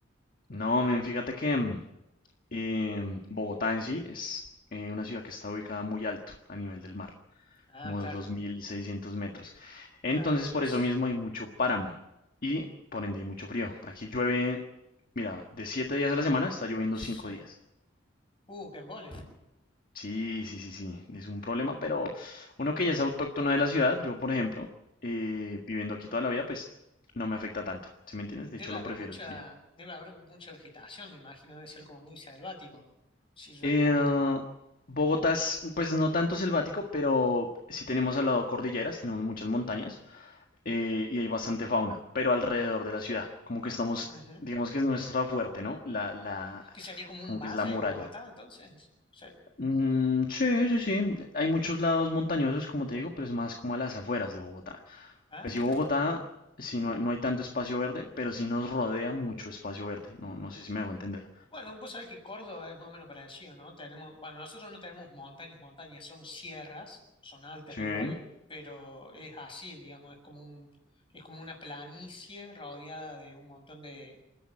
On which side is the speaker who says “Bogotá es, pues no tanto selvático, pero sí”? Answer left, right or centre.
Left